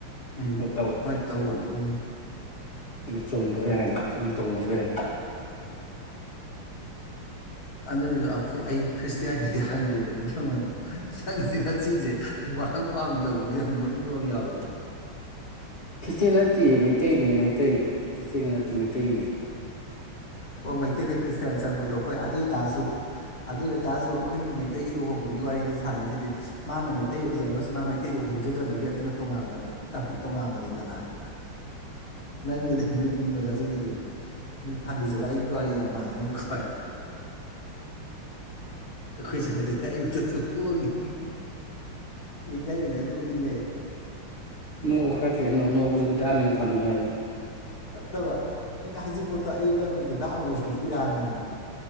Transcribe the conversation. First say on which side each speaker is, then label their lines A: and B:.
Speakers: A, on the left; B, on the left.
A: ꯎꯝ
B: ꯑꯗꯨ
A: ꯍꯣꯏ ꯇꯧꯕꯅꯤ ꯎꯝ
B: ꯑꯩ ꯆꯨꯝꯗ꯭ꯔꯣꯏ ꯑꯩ ꯍꯥꯏꯗꯣ ꯑꯩ ꯇꯧꯗꯦ ꯍꯥꯏꯗ
A: <unintelligible> ꯑꯩꯗꯤ ꯈ꯭ꯔꯤꯁꯇꯤꯌꯥ ꯑꯩ ꯍꯪꯗꯦꯗꯅ ꯅꯪꯉꯣꯟꯗ ꯅꯪꯁꯦ ꯉꯁꯤꯁꯦ ꯋꯥꯍꯪ ꯄꯥꯝꯒꯗꯧꯕꯒꯤ ꯌꯥꯝ ꯅꯣꯛꯅꯤꯡꯕ ꯑꯃ ꯌꯥꯎꯋꯦꯗ
B: ꯀꯆꯦ ꯅꯠꯇꯦ ꯃꯩꯇꯩꯅꯦ ꯃꯩꯇꯩ ꯏꯁꯒꯤꯅ ꯇꯩꯒꯤꯅꯦ
A: ꯑꯣ ꯃꯩꯇꯩꯅ ꯈ꯭ꯔꯤꯁꯇꯤꯌꯥꯟ ꯆꯪꯕꯗꯣ ꯍꯣꯏ ꯑꯗꯨ ꯑꯣꯏꯇꯥꯔꯁꯨ ꯑꯗꯨ ꯑꯣꯏꯇꯥꯔꯁꯨ ꯑꯩꯈꯣꯏꯒꯤ ꯃꯩꯇꯩꯒꯤ ꯂꯨꯍꯣꯡꯕꯒꯤ ꯋꯥꯔꯤꯅ ꯁꯥꯟꯅꯩꯁꯤꯗꯤ ꯃꯥꯅ ꯃꯩꯇꯩ ꯑꯣꯏꯖꯔꯒꯁꯨ ꯃꯥ ꯃꯩꯇꯩꯗꯨ ꯍꯣꯡꯖꯗꯕꯒꯤ ꯑꯗꯨꯅ ꯇꯣꯉꯥꯟꯕ ꯇꯣꯉꯥꯟꯕꯅꯤꯗꯅ ꯅꯪꯒꯤꯗ ꯅꯣꯛꯅꯤꯡꯉꯒ ꯁꯤꯒꯤꯁꯦ ꯐꯥꯈꯤ ꯖꯒ ꯑꯩꯒꯤ ꯋꯥꯔꯤ ꯌꯥꯝ ꯃꯥꯟꯅꯅꯕ ꯑꯩꯈꯣꯏꯁꯨ ꯍꯥꯏꯗꯗꯤ ꯑꯌꯨꯛꯇꯁꯨ ꯍꯣꯡꯉꯤ ꯅꯤꯡꯖ ꯅꯤꯡꯖ ꯅꯣꯛꯅꯤꯡꯉꯦ ꯑꯩ
B: ꯅꯣꯡ ꯎꯈ꯭ꯔ ꯇ ꯅ ꯅꯣꯡ ꯎꯕꯨꯕ ꯇ ꯐꯪꯉꯤ ꯍꯥꯏꯕꯅꯤ
A: ꯅꯠꯇꯕ ꯑꯩꯅ ꯍꯖꯤꯤꯡꯄꯣꯠꯇꯣ ꯑꯌꯨꯛꯂ ꯅꯨꯡꯊꯤꯟꯗ ꯍꯪꯉꯨꯕꯒꯤ ꯏꯔꯥꯅꯤꯅꯤ